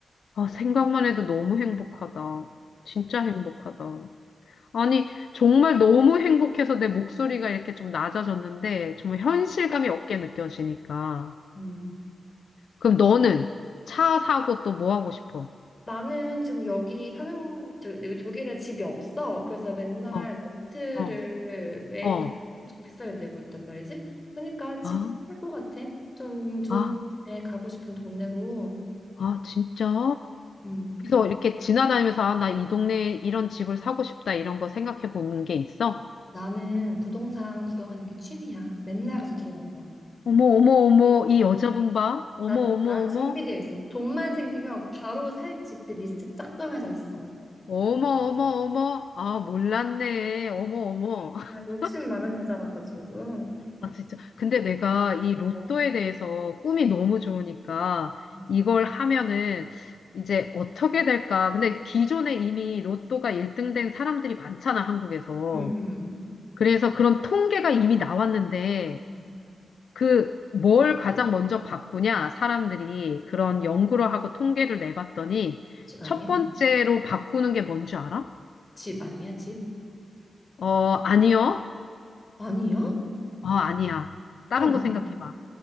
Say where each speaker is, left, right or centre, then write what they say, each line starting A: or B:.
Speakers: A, on the left; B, on the left.
A: 아, 생각만 해도 너무 행복하다. 진짜 행복하다. 아니, 정말 너무 행복해서 내 목소리가 이렇게 좀 낮아졌는데, 정말 현실감이 없게 느껴지니까.
B: 음.
A: 그럼 너는 차 사고 또 뭐 하고 싶어?
B: 나는 지금 여기 사는 저, 여기 독일에 집이 없어. 그래서 맨날
A: 어,
B: 렌트를
A: 어,
B: 매달
A: 어.
B: 엄청 비싸게 내고 있단 말이지. 그러니까 집
A: 아,
B: 살 것 같아. 좀 좋은
A: 아.
B: 데 가고 싶은 동네로.
A: 아, 진짜?
B: 음.
A: 그래서 이렇게 지나다니면서, 아, 나 이 동네에 이런 집을 사고 싶다, 이런 거 생각해 보는 게 있어?
B: 나는 부동산 구경하는 게 취미야. 맨날 가서 들어가 봐.
A: 어머, 어머, 어머, 이 여자분 봐? 어머,
B: 나,
A: 어머,
B: 난
A: 어머,
B: 준비되어 있어. 돈만 생기면 바로 살 집들 리스트 쫙 정해져 있어.
A: 어머, 어머, 어머, 아, 몰랐네. 어머, 어머. <laughs>
B: 아, 욕심 많은 여자라 가지고.
A: 아, 진짜. 근데 내가 이 로또에
B: 어.
A: 대해서 꿈이 너무 좋으니까
B: 음,
A: 이걸 하면은 이제 어떻게 될까? 근데 기존에 이미 로또가 1등 된 사람들이 많잖아, 한국에서.
B: 음, 음.
A: 그래서 그런 통계가 이미 나왔는데,
B: 음.
A: 그 뭘 가장 먼저 바꾸냐? 사람들이 그런 연구를 하고 통계를 내봤더니
B: 집 아니야?
A: 첫 번째로 바꾸는 게 뭔지 알아?
B: 집 아니야? 집?
A: 어, 아니요.
B: 아니야?
A: 어, 아니야. 다른
B: 그럼
A: 거 생각해봐.